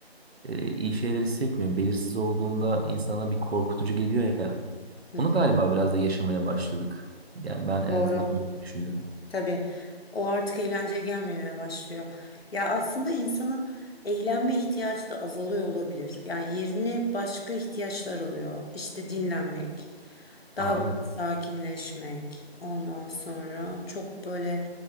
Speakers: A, on the right; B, on the left.
A: e, iyi şeyler hissetmiyor. Belirsiz olduğunda insana bir korkutucu geliyor ya.
B: Hı
A: Onu
B: hı,
A: galiba biraz da yaşamaya başladık. Yani ben en
B: doğru.
A: azından böyle düşünüyorum.
B: Tabii. O artık eğlenceye gelmemeye başlıyor. Ya aslında insanın eğlenme ihtiyacı da azalıyor olabilir. Yani yerini başka ihtiyaçlar alıyor. İşte dinlenmek,
A: Aa
B: daha böyle
A: evet.
B: sakinleşmek. Ondan sonra çok böyle